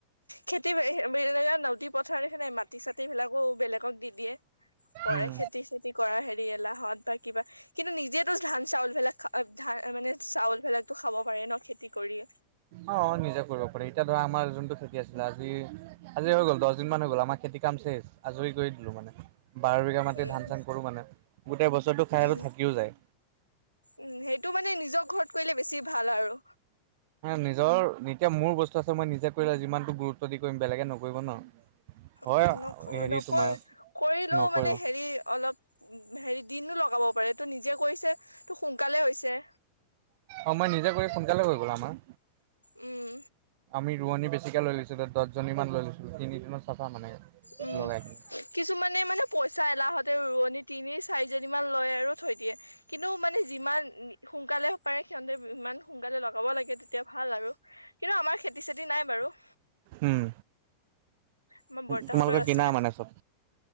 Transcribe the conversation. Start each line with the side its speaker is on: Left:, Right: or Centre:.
Left: খেতি বিৰ- নদী পথাৰ সিহঁতে মাটি-চাটি বিলাকো বেলেগক দি দিয়ে। কৰে
Right: উম,
Left: খেতি-চেটি। কৰা হেৰি এলাহত বা কিবা কিন্তু নিজেইতো ধান চাউল বিলাক খা- ধান মানে চাউল বিলাক টো খাব পাৰে ন' খেতি কৰি।
Right: অ', নিজে কৰিব পাৰি এতিয়া ধৰা আমাৰ যোনটো খেতি আছিলে, আজি আজি হৈ গ'ল দহ দিন মান হৈ গ'ল আমাৰ খেতি কাম চেচ আজৰি কৰি দিলোঁ মানে। বাৰ বিঘা মাটি
Left: উম
Right: ধান চান কৰোঁ মানে, গোটেই বছৰটো খাই
Left: উম
Right: আৰু থাকিও যায়।
Left: উম', সেইটো মানে নিজৰ ঘৰত কৰিলে বেছি ভাল আৰু।
Right: নিজৰ এতিয়া মোৰ বস্তু আছে মই নিজে কৰিলে যিমানতটো গুৰুত্ব দি কৰিম বেলেগে নকৰিব ন'। হয়
Left: উম', নক-
Right: হেৰি
Left: নকৰে
Right: তোমাৰ
Left: কৰিলেও
Right: নকৰিব
Left: মানে হেৰি অলপ উম', হেৰি দিনটো লগাব পাৰে ত নিজে কৰিছে, তো সোনকালে হৈছে।
Right: অ', মই নিজে কৰি সোনকালে কৰি হৈ গ'ল আমাৰ।
Left: উম।
Right: আমি ৰোৱনী বেছিকে লৈ লৈছোঁ দহজনীমান লৈ লৈছোঁ তিনিদিনত চাফা মানে।
Left: উম,
Right: লগাই কিনে।
Left: কিছুমানে মানে পইচা এলাহতে ৰোৱনী তিনি চাৰিজনীমান লয় আৰু থৈ দিয়ে, কিন্তু মানে যিমান সোনকালে পাৰে সিহঁতে ইমান সোনকালে লগাব লাগে তেতিয়া ভাল আৰু কিন্তু আমাৰ খেতি-চেতি নাই বাৰু।
Right: উম,
Left: আমাৰ বৰ্তাহতৰ
Right: তোমালোকে কিনা
Left: আছে
Right: মানে চব?